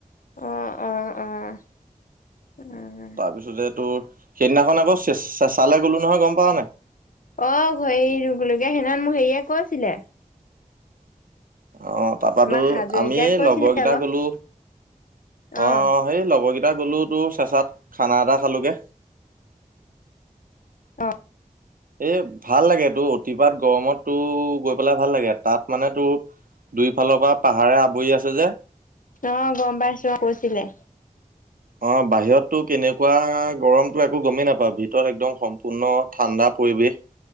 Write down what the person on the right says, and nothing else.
তাপিছতে যে তোৰ সেইদিনাখন আকৌ চে চেচালে গলো নহয় গম পাও নাই?
অঁ তাপাতো
আমি
লগৰ গিটা
গলো
অঁ- সেই লগৰগিটা গ'লোতো চেঁচাত খানা এটা খালোঁগে।
এ ভাল লাগে তো অতিপাত গৰমত তোৰ গৈ পেলাই ভাল লাগে, তাত মানে তোৰ- দুইফালৰ পৰা পাহাৰে আৱৰি আছে যে!
অঁ বাহিৰতটো কেনেকুৱা গৰমটো একো গমেই নাপাওঁ, ভিতৰত একদম সম্পূৰ্ণ ঠাণ্ডা পৰিৱেশ।